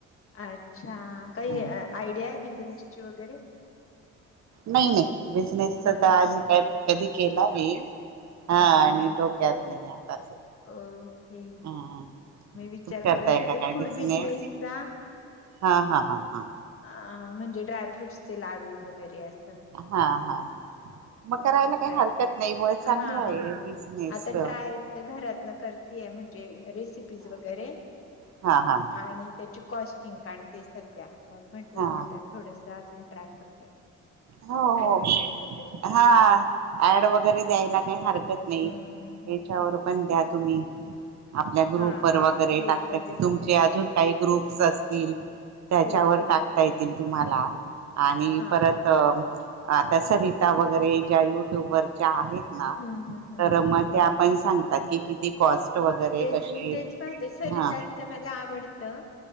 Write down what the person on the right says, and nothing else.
हा.
नाही नाही बिझनेसच
तर आम्ही
काय कधी केला नाही. हा
आणि डोक्यात नाही आता
हा
करताय
का काय
बिझनेस
हा हा हा हा
हा हा
मग करायला काही
हरकत
नाही ब चांगला
आहे बिजनेसचं
हा हा
हा
हो हो
हा ऍड वगैरे द्यायला काही हरकत नाही
याच्यावर पण द्या तुम्ही आपल्या ग्रुप
वर वगैरे
टाकता येतील तुमचे
अजून
काही
ग्रुप्स असतील त्याच्यावर
टाकता
येतील तुम्हाला आणि
परत आता सरिता वगैरे ज्या युट्युब वरच्या आहेत ना
तर
म त्या पण सांगतात की किती कॉस्ट वगैरे
कशी
हा